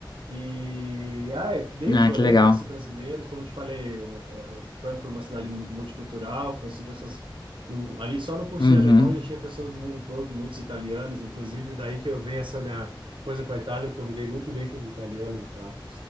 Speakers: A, on the right (about 85°); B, on the left (about 60°).
A: e, ai, dei
B: Ah,
A: uns rolê,
B: que legal.
A: conheci brasileiros, como eu te falei, eh, Frankfurt é uma cidade mu- multicultural, conheci pessoas, no- ali só no curso
B: Uhum.
A: de alemão já tinha pessoas do mundo todo, muitos italianos, inclusive daí que eu venho essa minha coisa com a Itália, porque eu me dei muito bem com os italianos e tal.